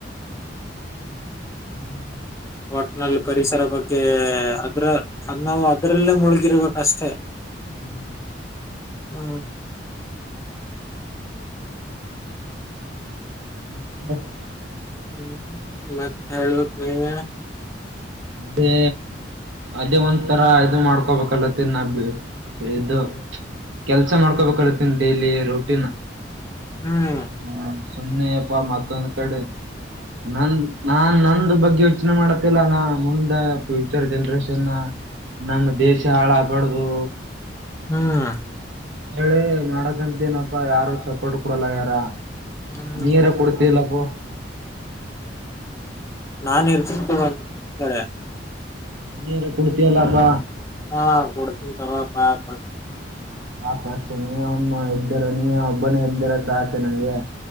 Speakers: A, on the right; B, on the left.
A: <inaudible>
B: ಒಟ್ನಲ್ಲಿ ಪರಿಸರ ಬಗ್ಗೆ ಅದ್ರ ಅದ ನಾವು ಅದ್ರಲ್ಲೇ ಮುಳುಗಿರ್ಬೇಕ ಅಷ್ಟೇ
A: <inaudible>
B: ಹ್ಮ
A: ಹ್ಮ್
B: ಹ್ಮ್ ಮತ್ತ ಹೇಳ್ಬೇಕ್ ನೀನೆ
A: ಅದೇ ಅದೇ ಒಂತರ ಇದು ಮಾಡ್ಕೊಬೇಕಲ್ಲ <unintelligible> ಇದು ಕೆಲ್ಸ ಮಾಡ್ಕೋಬೇಕಾಗತ್ತೀನಿ ಡೈಲಿ ರೋಟೀನ್
B: ಹ್ಮ್
A: ಹ್ಮ ಸುಮ್ಮ್ನೆಯಪ್ಪಾ ಮತ್ತೊಂದ್ ಕಡೆ ನನ್ ನಾನ್ ನಂದು ಬಗ್ಗೆ ಯೋಚನೆ ಮಾಡತ್ತಲ್ಲ ನಾ ಮುಂದ ಫ್ಯೂಚರ್ ಜನ್ರೇಷನ ನಮ್ಮ ದೇಶ ಹಾಳಾಗಬಾರ್ದು
B: ಹ್ಮ್
A: ಹೇಳಿ ಮಾಡಕಂತ ಅಪ್ಪಾ ಯಾರು ಸಪೋರ್ಟ್ ಕೊಡಲ್ಲ ಯಾರ
B: ಹ್ಮ್
A: ನೀ ಯಾರ ಕೊಡ್ತಿಯಲ್ಲಪ್ಪೋ
B: ನಾ ಇರ್ತನಿ ನಿನ್ ಕಡೆ
A: ನೀಯರ ಕೊಡ್ತಿಯಲ್ಲಪ್ಪ
B: ಹಾ ಕೊಡ್ತೀನಿ ತಗೋಪಾ ಕೊಡ್ತಿನಿ
A: ಸಾಕ ಅಷ್ಟೆ ನೀ ಅಮ್ಮ ಇದದ್ದರ ನೀ ಓಬ್ಬನೇ ಇದ್ದಾರ ಸಾಕು ನಂಗೆ